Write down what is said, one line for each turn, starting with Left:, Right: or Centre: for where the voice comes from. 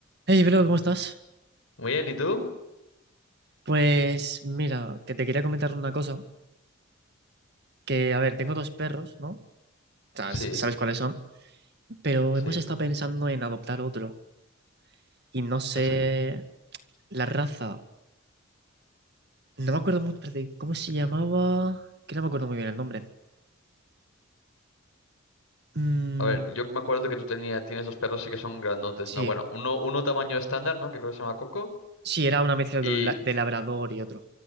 Right: Hey, bro, ¿cómo estás?
Left: Muy bien, ¿y tú?
Right: Pues mira, que te quería comentar una cosa, que a ver, tengo dos perros, ¿no? O sea,
Left: Sí,
Right: s- sabes cuáles son, pero
Left: sí.
Right: hemos estado pensando en adoptar otro y no sé
Left: ¿Qué es el que-
Right: la raza. No me acuerdo mucho, de cómo se llamaba, que no me acuerdo muy bien el nombre. Mm,
Left: A ver, yo me acuerdo que tú tenía, tienes dos perros sí que son grandotes,
Right: sí,
Left: ¿no? Bueno, uno, uno tamaño estándar, ¿no? Que creo que se llama Coco.
Right: sí, era una mezcla
Left: Y
Right: de, un la- de labrador y otro,